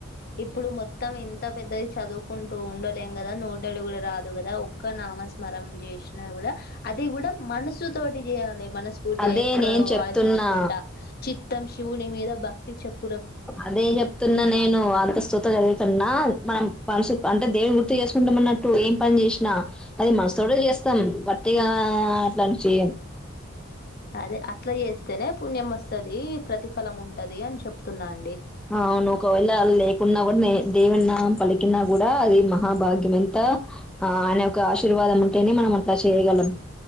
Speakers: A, on the left; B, in the centre.
A: ఇప్పుడు మొత్తం ఇంత పెద్దది చదువుకుంటూ ఉండలేం కదా నోట్ దళగుడ రాదు కదా ఒక్క నమ స్మరం చేసి కూడా అది కూడా మనసు తోటి చేయాలి మనస్ఫూర్తిగా
B: అదే
A: ఎక్కడో
B: నేను చెప్తున్నా
A: ఆలోచించుకుంటా చి మొత్తం శివుని మీద భక్తి చెప్
B: అదే చెప్తున్నా నేను అంతస్తుత చదువుతున్నా మనం మనసు అంటే దేవుని గుర్తు చేసుకుంటామన్నట్టు ఏం పని చేసినా అది మనసుతోడే చేస్తాం పటిగా అట్లా చె
A: అదే అట్లా చేస్తేనే పుణ్యం వస్తది ప్రతిఫలం ఉంటది అని చెప్తున్నాను
B: అవును ఒకవేళ లేకుండా నేన్ దేవన్న పలికినా కూడా అది మహాభాగ్యం ఎంత ఆ ఆయన యొక్క ఆశీర్వాదం ఉంటేనే మనం అట్లా చేయగలం